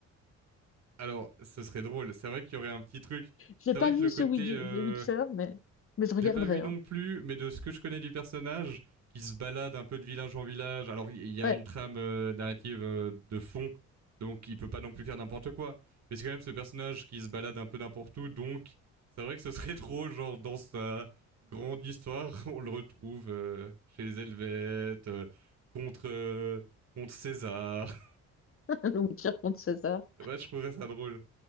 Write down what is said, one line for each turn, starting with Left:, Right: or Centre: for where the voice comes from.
Right: Alors, ce serait drôle. C'est vrai qu'il y aurait un petit truc.
Left: Je
Right: C'est
Left: n'ai
Right: vrai
Left: pas
Right: que
Left: vu
Right: le côté
Left: ce Wit-
Right: Euh...
Left: The Witcher, mais, mais je regarderai.
Right: J'ai pas vu non
Left: hein.
Right: plus, mais de ce que je connais du personnage, qui se balade un peu de village en village. Alors il y a
Left: Ouais,
Right: une trame euh, narrative euh, de fond, donc il peut pas non plus faire n'importe quoi. Mais c'est quand même ce personnage qui se balade un peu n'importe où, donc c'est vrai que ce serait <laughs> trop genre dans sa grande histoire, on le retrouve euh, chez les Helvètes, euh, contre, euh, contre César.
Left: <laughs> le Witcher contre César,
Right: <laughs> ouais, je trouverais ça drôle.